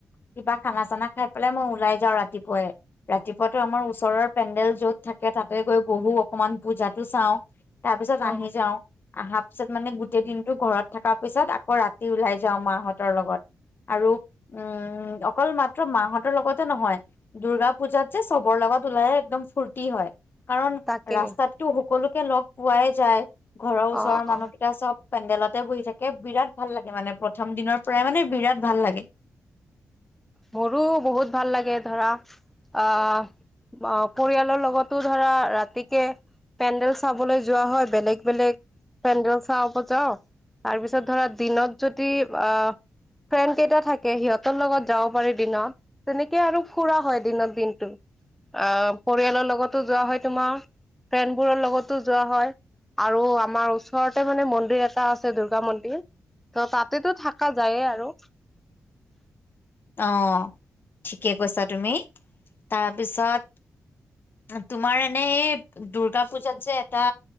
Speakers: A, on the left (about 45°); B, in the centre.
A: কিবা খানা চানা খাই পেলাই মই ওলাই যাও ৰাতিপুৱাই। ৰাতিপুৱাতো আমাৰ ওচৰৰ পেণ্ডেল য'ত থাকে তাকে তাতে গৈ বহু অকমান পূজাতো চাওঁ । তাৰ পিছত
B: অ
A: আহি যাও । অহাৰ পিছত মানে গোটেই দিনতটো ঘৰত থকা পিছত আকৌ ৰাতি ওলাই যাও মাহঁতৰ লগত আৰু উম অকল মাত্ৰ মাহঁতৰ লগতে নহয়, দূৰ্গা পূজাত যে চবৰ লগত ওলাইে একদম ফূৰ্তি হয়। কাৰণ
B: তাকে
A: ৰাস্তাতটো সকলো লগ পোৱাই যায় । ঘৰৰ ওচৰৰ
B: অ
A: মানুহকেইটা
B: অ
A: চব পেণ্ডেলতে বহি থাকে বিৰাট ভাল লাগে মানে প্ৰথম দিনৰ প্ৰায় মানে বিৰাট ভাল লাগে ।
B: মোৰো বহুত ভাল লাগে ধৰা অ' পৰিয়ালৰ লগতো ধৰা ৰাতিকে পেণ্ডেল চাবলৈ যোৱা হয় বেলেগ বেলেগ পেণ্ডেল চাব যাওঁ তাৰ পিছত তাতে ধৰা দিনত যদি অ' ফ্ৰেণ্ড কেইটা থাকে সিহঁতৰ লগত । যাব পাৰি দিনত তেনেকে আৰু ফুৰা হয় দিনত দিনটো আহ পৰিয়ালৰ লগতো যোৱা হয় তোমাৰ ফ্ৰেণ্ডবোৰৰ লগতো যোৱা হয়, আৰু আমাৰ ওচৰতে মানে মন্দিৰ এটা আছে দূৰ্গা মন্দিৰ ত তাতেতো থকা যায়ে আৰু।
A: অ, ঠিকে কৈছা তুমি তাৰপিছত তোমাৰ এনে এই দুৰ্গা পূজাত যে এটা